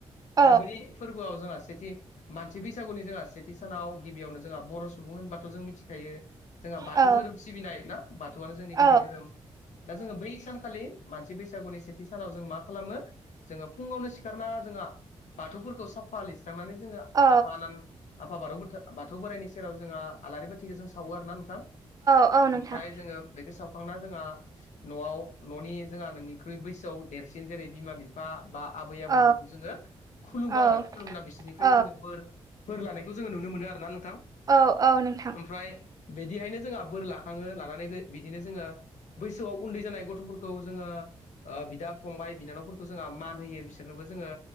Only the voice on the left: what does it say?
दा बै फोरबोआव जोंहा सेथि मानसि बैसागुनि जोंहा सेथि सानाव गिबियावनो जोंहा बर' सुबुं होनबाथ' जों मिथिखायो जोंहा बाथौ
धोरोम सिबिनाय ना बाथौआनो जोंनि
गुदि धोरोम दा जोङो बै सानखालि मानसि बैसागुनि सेथि सानाव जों मा खालामो जोङो फुङावनो सिखारना जोंहा बाथौफोरखौ साफा लिरस्रांनानै जोङो
आफा आनान आफा बाथौ बाथौ बोराइनि सेराव जोंहा आलारि बाथिखौ जों सावो आरोना नोंथां
ओमफ्राय जोङो बेखौ सावखांना जोंहा न'आव न'नि जोंहा नोंनिख्रुइ बैसोआव देरसिन जेरै बिमा बि बा बा आबै आबौमोनखौ
जोङो खुलुमो
आरो खुलुमना बिसोरनिफ्राय
जोङो बोर बोर लायानायखौ जोङो नुनो मोनो आरो ना नोंथां
ओमफ्राय बिदिहायनो जोंहा बोर लाखाङो लानानै बिदिनो जोङो बैसोआव उन्दै जानाय गथ'फोरखौ जोङो ओ बिदा फंबाय बिनानावफोरखौ जोंहा मान होयो बिसोरनोबो जोङो